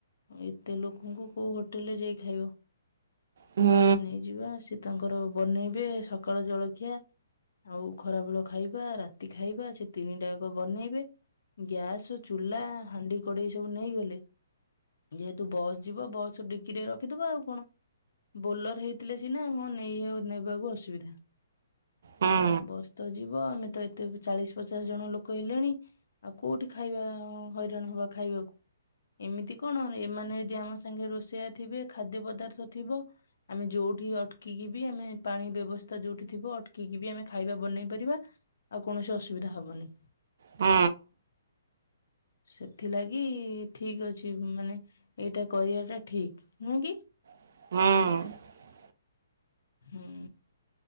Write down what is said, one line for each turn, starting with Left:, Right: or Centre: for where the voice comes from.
Left: ଏତେ ଲୋକଙ୍କୁ କୋଉ ହୋଟେଲ୍ ରେ ଯାଇ ଖାଇବ।
Right: ହଁ
Left: ନେଇଯିବା ସି ତାଙ୍କର ବନେଇବେ ସକାଳ ଜଳଖିଆ ଆଉ ଖରାବେଳ ଖାଇବା ରାତି ଖାଇବା ସେ ତିନିଟାକ ବନେଇବେ ଗ୍ୟାସ୍ ଚୁଲା ହାଣ୍ଡି କଡ଼େଇ ସବୁ ନେଇଗଲେ ଯେହେତୁ ବସ୍ ଯିବ ବସ୍ ଡିକିରେ ରଖିଦବ ଆଉ କଣ। ବୋଲର ହେଇଥିଲେ ସିନା ହଁ ନେଇ ନେବାକୁ ଅସୁବିଧା।
Right: ହୁଁ।
Left: ଆଉ ବସ୍ ତ ଯିବ ଆମେ ତ ଏତେ ଚାଳିଶ, ପଚାଶ ଜଣ ଲୋକ ହେଲେଣି ଆଉ କୋଉଠି ଖାଇବା ହଇରାଣ ହବା ଖାଇବାକୁ। ଏମିତି କଣ ଏମାନେ ଯଦି ଆମ ସାଙ୍ଗେ ରୋଷେଇଆ ଥିବେ ଖାଦ୍ୟ ପଦାର୍ଥ ଥିବ ଆମେ ଯୋଉଠି ଅଟକିକି ବି ଆମେ ପାଣି ବ୍ୟବସ୍ଥା ଯୋଉଠି ଥିବ ଅଟକିକି ବି ଆମେ ଖାଇବା ବନେଇ ପାରିବ ଆଉ କୌଣସି ଅସୁବିଧା ହବନି।
Right: ହୁଁ।
Left: ସେଥିଲାଗି ଠିକ୍ ଅଛି। ମାନେ ଏଇଟା କରିବାଟା ଠିକ୍ ନୁହେଁକି।
Right: ହଁ।
Left: ହୁଁ